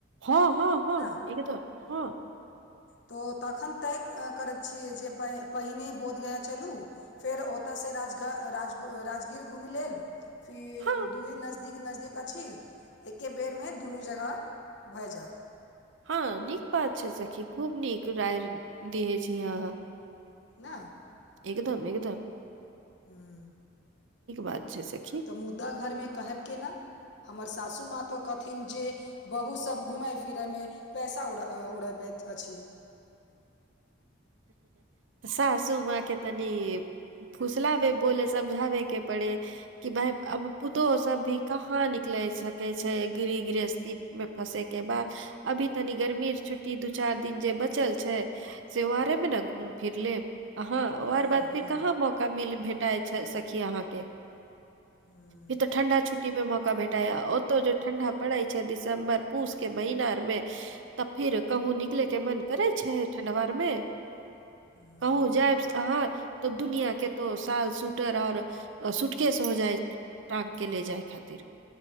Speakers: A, on the right (about 65°); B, on the left (about 60°).
A: हां-हां-हां
B: ना?
A: एकदम हां।
B: तो तखन तय करैत छियै जे पै पहिने बोधगया चलू फेर ओता से राजगा राज ग राजगीर घूम लेब फिर
A: हँ
B: दूइ नज नजदीक-नजदीक अछि, एके बेरमे दुनू जगह भऽ जाएत।
A: हां नीक बात छै सखी, खूब नीक राय दीहे छी अहाँ
B: न
A: एकदम-एकदम।
B: हुं
A: बात छै सखी
B: तऽ मुद्दा घरमे कहब केना? हमर सासुमाँ तो कहथिन जे बहु सब घूमय फिरय मे पैसा उड़ा अ उड़बैत अछि।
A: सासू माँ के तनी फुसलाबै बोले समझाबै के पड़े कि भााय अब पुतहु सब भी कहा निकले सकै छैय गिह गृहस्थी। मे फसे के बाद अभी तनी गर्मी छुट्टी दू चार दिन जे बचल छैय। त्योहारे मे ने घूम फिर लेब हं अहाँ ओर
B: हूँ
A: बाद
B: हूँ
A: फिर कहाँ मौका मिल भेट। भेटाय छैय सखी अहाँ के
B: हूँ
A: ई तऽ ठंडा छुट्टी में मौका भेट। ओतौ जे ठंडा पड़े छैय दिसम्बर पूस के महीना मे। तऽ फिर कहूँ निकले के मन करे छै ठंडवा मे। मे
B: हूँ
A: कहु जाइब आहाँ त दुनिया के। तो साल सुटर और सुूटकेस हो जाइ। टाँग के ले जाय खातिरऽ